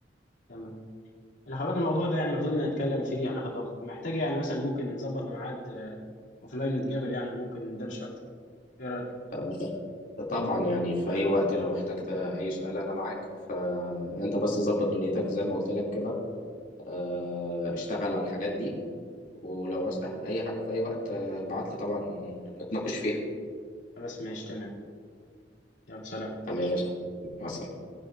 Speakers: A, on the left; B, on the left.
A: تمام اللي خلي بالك الموضوع ده يعني لو فضلنا نتكلم فيه هناخد وقت محتاج يعني مثلا ممكن نظبط ميعاد اوف لاين ونتقابل يعني ممكن ندردش اكتر ايه رايك
B: آه، طبعا يعني في اي وقت لو احتجت اي سؤال انا معاك فانت بس ظبط دنيتك زي ما قلت لك كده آه، اشتغل على الحاجات دي ولو عوزت أي حاجة في أي وقت آه، ابعت لي طبعا نتناقش فيها
A: خلاص ماشي تمام يلا سلام
B: تمام يا فندم. مع السلامة